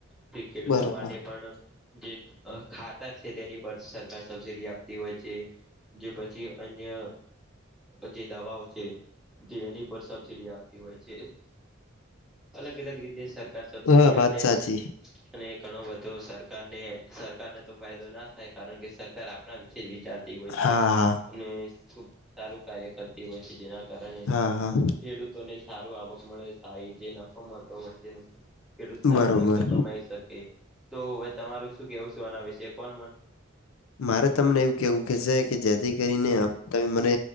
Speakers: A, in the centre; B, on the left (about 85°).
A: તે ખેડૂતો
B: બરોબર
A: માટે પણ. જે ખાતર છે તેની પર સરકાર સબસિડી આપતી હોય છે. જે પછી અન્ય જે દવાઓ છે જે એની પર સબસીડી આપ. છે અલગ અલગ રીતે સરકાર
B: હા વાત
A: આપે.
B: સાચી
A: અને ઘણો બધો સર. સરને સરકારને તો ફાયદો ના થાય કારણ કે સરકાર આપણા વિશે જ વિચારતી હોય છે.
B: હા હા
A: અને ખુબ સારું કાર્ય કરતી હોય છે જેના કારણે ખેડૂત.
B: હા હા
A: ને સારું આવક મળે એ જે નફો મળતો હોય છે ખેડૂત સારો
B: બરોબર
A: પૈસો કમાઈ શકે. તો હવે તમારું શું કેવું છેું એના વિશે કોણ મન.
B: મારે તમને એવું કેવું કે છે કે જેથી કરીને. તમે મને